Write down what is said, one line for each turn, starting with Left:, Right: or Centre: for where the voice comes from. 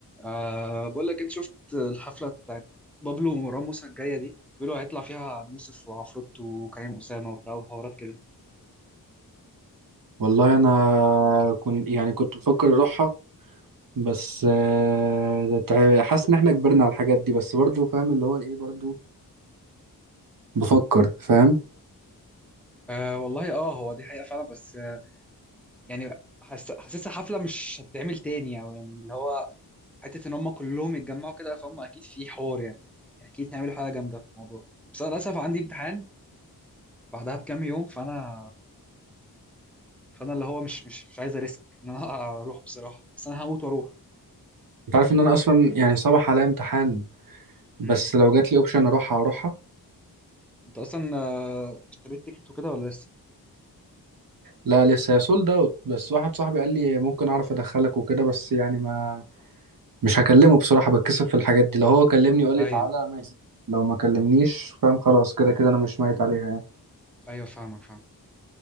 Centre: أه بقول لك انت شفت الحفله بتاعت بابلو ومروان موسى الجايه دي بيقولوا هيطلع فيها ابو يوسف وعفروت وكريم اسامه وبتاع وحوارات كده
Right: والله انا كنت يعني كنت بفكر اروحها بس آه، تع- حاسس ان احنا كبرنا على الحاجات دي بس برضو فاهم اللي هو ايه برضو بفكر فاهم
Centre: أه والله اه هو دي حقيقه فعلا بس آه، يعني حس... حاسسها حفله مش هتتعمل تاني او يعني اللي هو حته ان هم كلهم يتجمعوا كده فهم اكيد في حوار يعني يعني اكيد هيعملوا حاجه جامده في الموضوع بس انا للاسف عندي امتحان بعدها بكام يوم فانا فانا اللي هو مش مش مش عايز اريسك ان انا <laughs> اروح بصراحه بس انا هموت واروح
Right: انت عارف ان انا اصلا يعني صباح عليا امتحان بس
Centre: امم
Right: لو جات لي اوبشن اروحها اروحها
Centre: انت اصلا آه، اشتريت تيكت وكده ولا لسه
Right: لا لسه هي سولد اوت بس واحد صاحبي قال لي ممكن اعرف ادخلك وكده بس يعني ما مش هكلمه بصراحة بتكسف في الحاجات دي لو هو كلمني وقال
Centre: ايوه
Right: لي تعالى ماشي لو ما كلمنيش فاهم خلاص كده كده انا مش ميت عليها يعني
Centre: ايوه فاهمك فاهم